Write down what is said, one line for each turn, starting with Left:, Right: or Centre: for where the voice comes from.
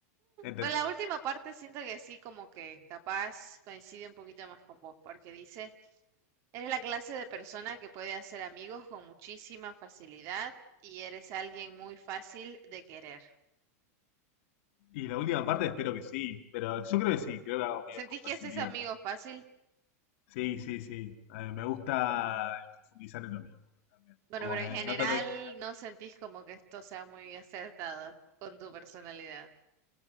Left: Ente-
Right: Bueno, la última parte siento que sí, como que capaz coincide un poquito más con vos, porque dice, eres la clase de persona que puede hacer amigos con muchísima facilidad y eres alguien muy fácil de querer.
Left: Y la última parte espero que sí, pero yo creo que sí, creo que hago medios
Right: ¿Sentís
Left: con facilidad.
Right: que haces amigos fácil?
Left: Sí, sí, sí. Eh, me gusta profundizar en los vínculos también.
Right: Bueno,
Left: Como
Right: pero
Left: que
Right: en general
Left: no trato de que sea-
Right: no sentís como que esto sea muy acertado con tu personalidad.